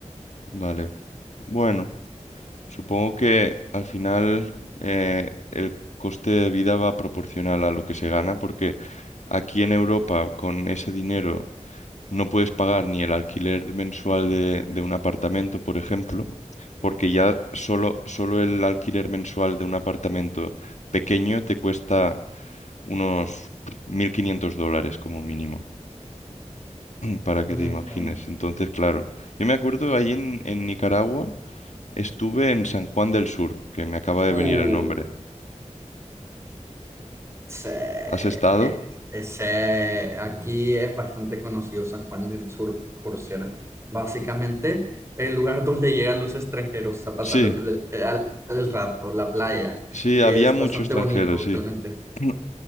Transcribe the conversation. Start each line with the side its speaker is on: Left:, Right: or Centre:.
Left: vale. Bueno. Supongo que al final eh, el coste de vida va proporcional a lo que se gana, porque aquí en Europa con ese dinero no puedes pagar ni el alquiler mensual de, de un apartamento, por ejemplo, porque ya solo, solo el alquiler mensual de un apartamento pequeño te cuesta unos 1.500 dólares como mínimo, para que
Right: Mm,
Left: te imagines.
Right: mm.
Left: Entonces, claro, yo me acuerdo ahí en, en Nicaragua. Estuve en San Juan del Sur, que me acaba de
Right: Uh,
Left: venir el nombre.
Right: Sí,
Left: ¿Has estado?
Right: es- ese- aquí es bastante conocido San Juan del Sur por ser básicamente el lugar <laughs> donde llegan los extranjeros a pasar
Left: Sí,
Right: el, el- el rato, la playa.
Left: s- sí, había
Right: Es
Left: mucho
Right: bastante
Left: extranjero,
Right: bonito,
Left: sí.
Right: realmente.
Left: <clears throat>